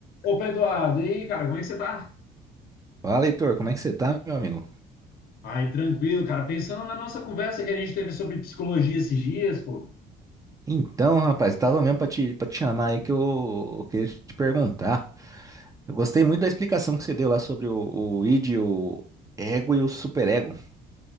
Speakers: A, on the left; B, on the right.
A: Ô, Pedro Eduardo, e aí, cara, como é que você tá?
B: Fala, Heitor, como é que você tá, meu amigo?
A: Ai, tranquilo, cara. Pensando na nossa conversa que a gente teve sobre psicologia esses dias, pô.
B: Então, rapaz, tava mesmo pra te, pra te chamar aí que eu, eu queria te perguntar. Eu gostei muito da explicação que você deu lá sobre o, o id, o ego e o superego.